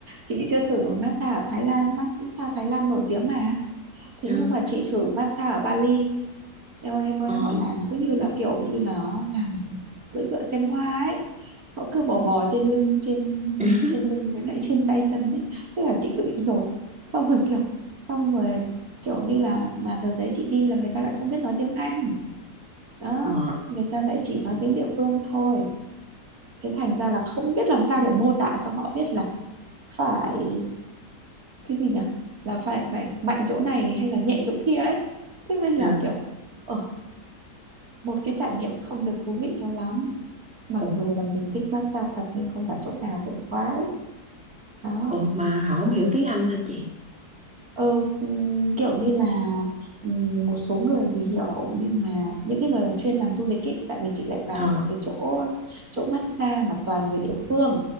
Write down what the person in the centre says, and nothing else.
Dạ.
ờ
<laughs>
ờ
dạ.
ồ
ồ mà họ không hiểu tiếng Anh hả chị
ờ